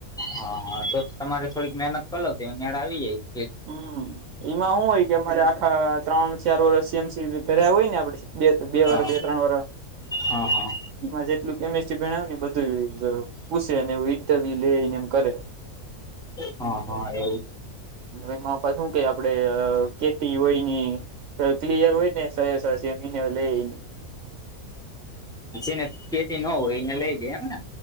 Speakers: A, in the centre; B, on the right (about 65°).
A: હ હા તો તમારે થોડીક મહેનત કર લાવ તો નેળા આવી જઈશ.
B: હમ એમાં શું હોય કે અમારે આખા ત્રણ ચાર વર્ષ સીમસી પર્યા હોય ને આપડે. બે બે વર
A: હા
B: બે ત્રણ વર.
A: હા હા.
B: એમાં જેટલું કેમિસ્ટ્રી ભણાવ ને બધું. પૂછો, એવું ઇન્ટરવ્યૂ લે ને એમ કરે.
A: હા હા એવું જ.
B: ભાઈ, માપ શું આપણે હોય ને. તો ક્લિયર હોય ને સસસી મહિને લઈને.
A: જેને પેટી ન હોય એને લઈ દઈ એમને.